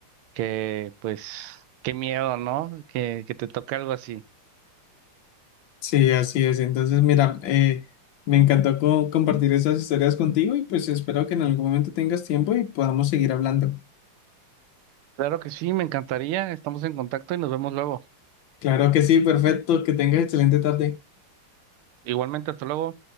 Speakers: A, on the right; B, on the left.
A: que pues qué miedo, ¿no? Que, que te toque algo así.
B: Sí, así es. Entonces, mira, eh, me encantó co- compartir esas historias contigo y pues espero que en algún momento tengas tiempo y podamos seguir hablando.
A: Claro que sí, me encantaría. Estamos en contacto y nos vemos luego.
B: Claro que sí, perfecto, que tengas excelente tarde.
A: Igualmente, hasta luego.